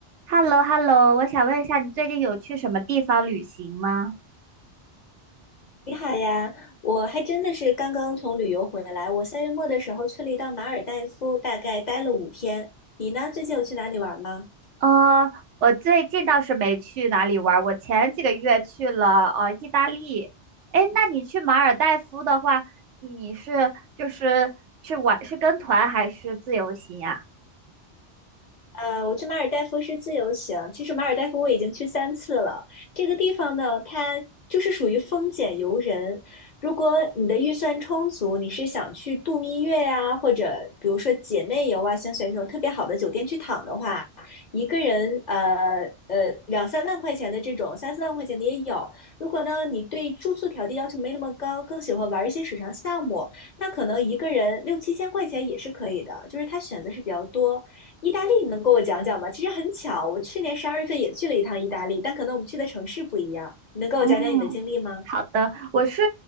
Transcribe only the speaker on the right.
h e l l o h e l l o 我想问一下，你最近有去什么地方旅行吗？
呃，我最近倒是没去哪里玩儿，我前几个月去了呃意大利。诶，那你去马尔代夫的话，你是就是去玩是跟团还是自由行呀？
嗯，好的，我是